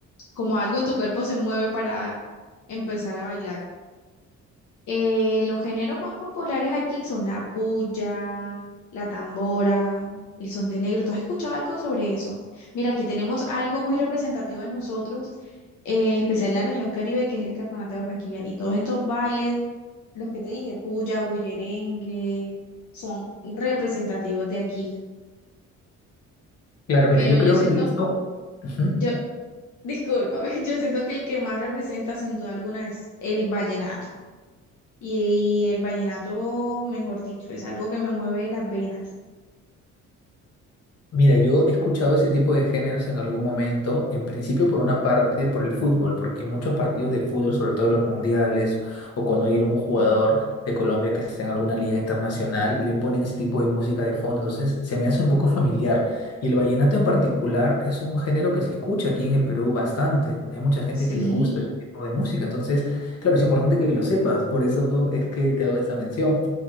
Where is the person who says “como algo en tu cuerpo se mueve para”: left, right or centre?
Left